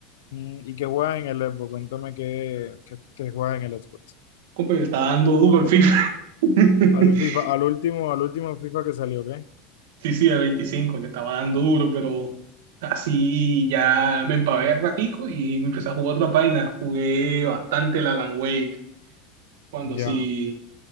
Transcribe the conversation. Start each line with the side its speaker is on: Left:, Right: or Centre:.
Left: mm, ¿Y qué juegas en el Xbox? Cuéntame qué, qué, qué juegas en el Xbox.
Right: Compa, le está dando duro el FIFA. <laughs>
Left: Al FIFA, al último, al último FIFA que salió, ¿qué?
Right: Sí, sí, el 25, le estaba dando duro, pero así ya me empavé al ratico y me empecé a jugar otra página. Jugué bastante el Alan Wake, cuando
Left: Ya.
Right: sí,